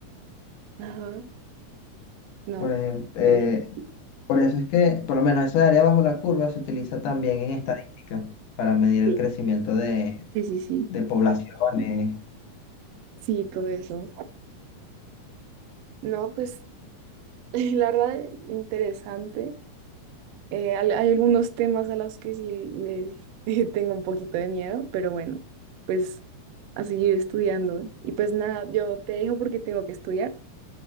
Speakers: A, on the right; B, on the left.
A: Ajá. no.
B: Por ejem- eh,
A: Interesante.
B: por eso es que, por lo menos eso de área bajo la curva se utiliza también en estadística para medir
A: Sí.
B: el crecimiento de
A: Sí, sí, sí.
B: de poblaciones.
A: Sí, todo eso. No, pues <laughs> la verdad, interesante. Eh, al- hay, algunos temas a los que sí le, <laughs> tengo un poquito de miedo, pero bueno, pues a seguir estudiando. Y pues nada, yo te dejo porque tengo que estudiar